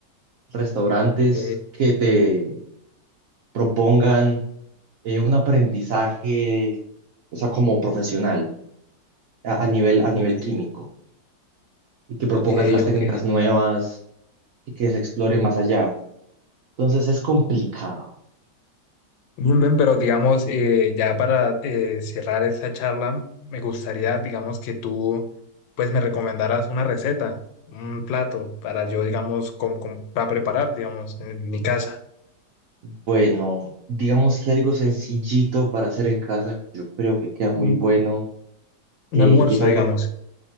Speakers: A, on the right; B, on the left.
A: restaurantes
B: Ok,
A: que te propongan eh, un aprendizaje, o sea, como profesional a, a nivel, a nivel
B: ok.
A: químico y que propongas
B: Ok,
A: las
B: ok.
A: técnicas nuevas y que se explore más allá. Entonces es complicado.
B: Bien, bien, pero digamos, eh, ya para eh, cerrar esta charla, me gustaría, digamos, que tú, pues, me recomendaras una receta, un plato para yo, digamos, com- com- para preparar, digamos, en mi casa,
A: Bueno, digamos que algo sencillito para hacer en casa, yo creo que queda muy
B: un,
A: bueno
B: un
A: eh,
B: almuerzo,
A: y es algo
B: digamos.